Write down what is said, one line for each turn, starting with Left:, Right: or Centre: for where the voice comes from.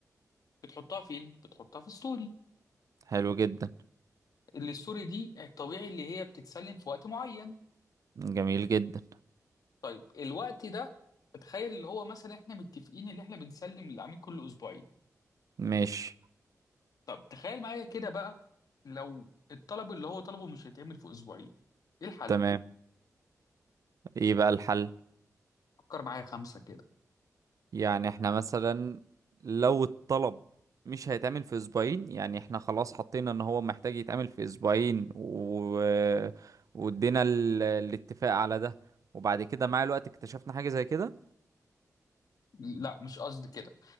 Left: بتحطها فين؟ بتحطها في الستوري
Right: حلو جدا
Left: اللي الستوري دي الطبيعي اللي هي بتتسلم في وقت معين
Right: جميل جدا
Left: طيب الوقت ده تخيل اللي هو مثلا احنا متفقين اللي احنا بنسلم للعميل كل اسبوعين
Right: ماشي
Left: طب تخيل معايا كده بقى لو الطلب اللي هو طلبه مش هيتعمل في اسبوعين ايه الحل؟
Right: تمام ايه بقى الحل
Left: فكر معايا خمسة كده
Right: يعني احنا مثلا لو الطلب مش هيتعمل في اسبوعين يعني احنا خلاص حطينا ان هو محتاج يتعمل في اسبوعين و... وادينا ال... الاتفاق على ده وبعد كده مع الوقت اكتشفنا حاجة زي كده
Left: لا مش قصدي كده